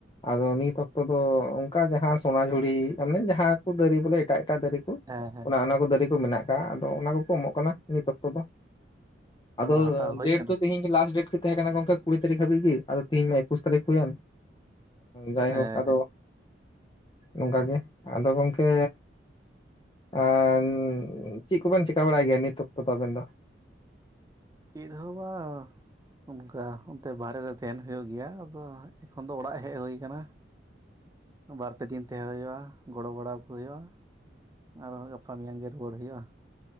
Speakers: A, on the left; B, on the right.
A: ᱟᱫᱚ ᱱᱤᱛ ᱚᱠᱛᱚ ᱫᱚ ᱚᱱᱠᱟ ᱡᱟᱦᱟᱸ ᱥᱚᱱᱟᱡᱷᱩᱲᱤ ᱢᱟᱱᱮ ᱡᱟᱦᱟᱸ ᱠᱚ ᱫᱟᱨᱮ ᱵᱚᱞᱮ ᱮᱴᱟᱜ ᱮᱴᱟᱜ ᱫᱟᱨᱮ ᱠᱚ᱾
B: ᱦᱮᱸ ᱦᱮᱸ
A: ᱚᱱᱟ
B: ᱦᱮᱸ
A: ᱚᱱᱟ ᱠᱚ ᱫᱟᱨᱮ ᱠᱚ ᱢᱮᱱᱟᱜ ᱟᱠᱟᱜ-ᱟ, ᱟᱫᱚ ᱚᱱᱟ ᱠᱚᱠᱚ ᱮᱢᱚᱜ ᱠᱟᱱᱟ ᱱᱤᱛ ᱚᱠᱛᱚ ᱫᱚ᱾ ᱟᱫᱚ
B: ᱚ ᱦᱟᱛᱟᱣ ᱦᱩᱭ
A: ᱰᱮᱴ
B: ᱠᱟᱱᱟ
A: ᱛᱚ ᱛᱮᱦᱮᱧ ᱜᱮ ᱞᱟᱥᱴ ᱰᱮᱴ ᱛᱟᱦᱮᱸ ᱠᱟᱱᱟ ᱜᱚᱝᱠᱮ ᱠᱩᱲᱤ ᱛᱟᱹᱨᱤᱠᱷ ᱦᱟᱹᱵᱤᱡ ᱜᱮ, ᱟᱫᱚ ᱛᱤᱦᱤᱧ ᱢᱟ ᱮᱠᱩᱥ ᱛᱟᱹᱨᱤᱠᱷ ᱦᱩᱭᱮᱱ ᱡᱟᱭᱦᱳᱠ
B: ᱦᱮᱸ
A: ᱟᱫᱚ
B: ᱦᱮᱸ
A: ᱱᱚᱝᱠᱟ ᱜᱮ ᱟᱫᱚ ᱜᱚᱢᱠᱮ ᱮᱸᱻ ᱪᱮᱫ ᱠᱚᱵᱮᱱ ᱪᱤᱠᱟ ᱵᱟᱲᱟᱭ ᱜᱮᱭᱟ ᱱᱤᱛ ᱚᱠᱛᱚ ᱫᱚ ᱟᱵᱤᱱ ᱫᱚ?
B: ᱪᱮᱜ ᱦᱚᱸ ᱵᱟᱝ ᱚᱱᱠᱟ ᱚᱱᱛᱮ ᱵᱟᱦᱨᱮ ᱨᱮ ᱛᱮᱦᱮᱱ ᱦᱳᱭᱳᱜ ᱜᱮᱭᱟ᱾ ᱟᱫᱚ ᱮᱠᱷᱚᱱ ᱫᱚ ᱚᱲᱟᱜ ᱦᱮᱡ ᱦᱳᱭ ᱠᱟᱱᱟ᱾ ᱵᱟᱨᱯᱮ ᱫᱤᱱ ᱛᱮᱦᱮᱸ ᱦᱳᱭᱳᱜᱼᱟ ᱜᱚᱲᱚ ᱵᱟᱲᱟ ᱟᱠᱚ ᱦᱳᱭᱳᱜᱼᱟ᱾ ᱟᱨᱚᱸ ᱜᱟᱯᱟ ᱢᱮᱭᱟᱝ ᱜᱮ ᱨᱩᱣᱟᱹᱲ ᱦᱳᱭᱳᱜᱼᱟ᱾